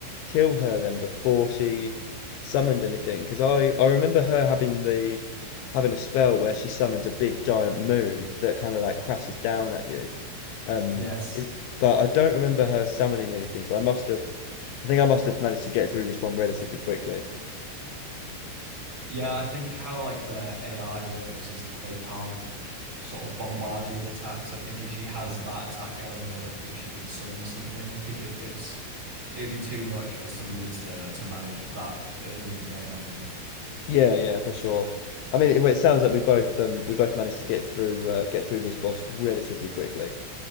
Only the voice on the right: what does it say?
Yes.
Yeah, I think how like their AI works is they can't sort of bombard you with attacks. I think if she has that attack going, I don't think she can summon something because it, it's it would be too much for somebody to to manage that early in the game, I think.